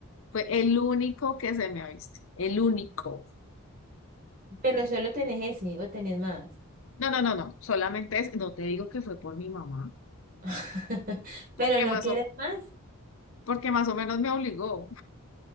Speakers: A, on the left; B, on the right.
A: Fue el único que se me ha visto, el único.
B: Pero solo tenés ese, o tenés más.
A: No, no, no, no, solamente es, no te digo que fue por mi mamá,
B: <laughs>
A: porque
B: Pero no
A: más
B: quieres
A: o,
B: más.
A: porque más o menos me obligó.